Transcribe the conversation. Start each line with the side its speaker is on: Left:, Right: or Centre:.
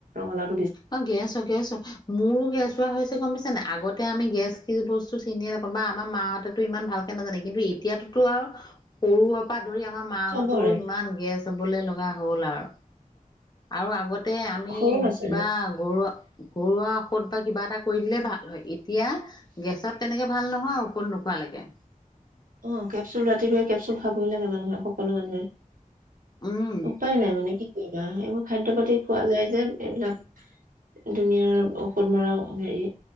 Right: অলপল
Left: অ গেছ গেছ মোৰো গেছোৱা হৈছে গম পাইছা নে আগতে তে আমি গেছ কি বস্তু চিনিয়ে নাপাওঁ বা আমাৰ মাহঁতে ইমান ভালক নাজানে কিন্তু এতিয়াতো সৰু ত পৰা ধৰি আমাৰ মাহঁতৰো
Right: চবৰে,
Left: ইমান গেছ চবলে লগা হ'ল আৰু আৰু আগতে তাতে আমি
Right: সৰু ল'ৰা ছোৱালী,
Left: কিবা ঘৰুৱা ঘৰুৱা ঔষধ বা কিবা এটা কৰি দিলে ভাল হয় এতিয়া গেছত তেনেকে ভাল নহয় ঔষধ নোখোৱালৈকে
Right: অ' কেপচুল ৰাতিপুৱাই কেপচুল খাবই লাগে মানুহে সকলো মানুহে।
Left: উম
Right: উপায় নাই মানে কি কৰিবা এইবোৰ খাদ্য পাতি খোৱা যায় যে এইবিলাক দুুনিয়াৰ ঔষধ মৰা হেৰি